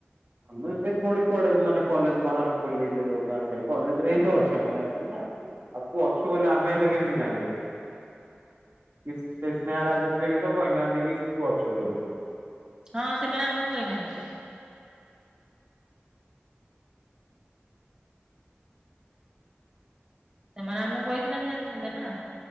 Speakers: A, on the right; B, on the right.
A: ଆମେ ବି ଥୋଡ଼ି କୁଆଡ଼େ ମାନେ କଲେଜ ବାହରକୁ ବୁଲେଇତେ <unintelligible> କଲେଜରେ ହିଁ ତ ଅଛନ୍ତି। ଆଉ ତୁ ଅଛୁ ବୋଲି ଆମେ ହେଲେ କେମିତି ଜାଣିବେ?
B: <inaudible>
A: କି ସେ ସ୍ନେହା, ରାଜଶ୍ରୀ ବି ତ କହିନାହାନ୍ତି କି ତୁ ଅଛୁ ବୋଲି।
B: ହଁ ସେମାନେ ଆମକୁ କହି ନାହାନ୍ତି। ସେମାନେ ଆମକୁ କହିଥିଲେ ଆମେ ଜାଣିଥାନ୍ତେ ନା।